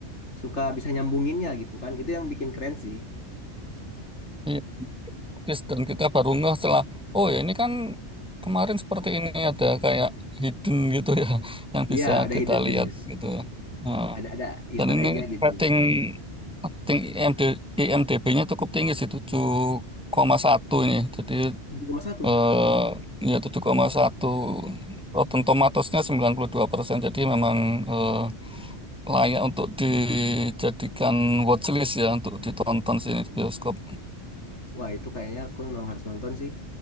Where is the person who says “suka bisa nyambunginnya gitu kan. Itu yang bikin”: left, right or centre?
Left